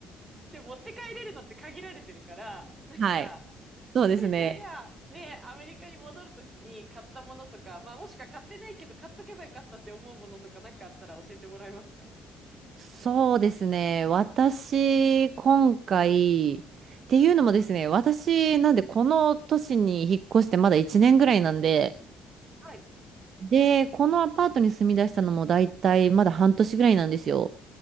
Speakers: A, on the right; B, on the right.
A: て持って帰れるのって限られてるから、なんか、
B: はい。そうですね。
A: みのりさんがね、アメリカに戻るときに買ったものとか、まあもしか買ってないけど買っとけばよかったって思うものとかなんかあったら教えてもらえますか
B: そうですね。私、今回、っていうのもですね、私、なんで、この都市に引っ越してまだ1年ぐらいなんで、
A: はい。
B: で、このアパートに住み出したのも大体まだ半年ぐらいなんですよ。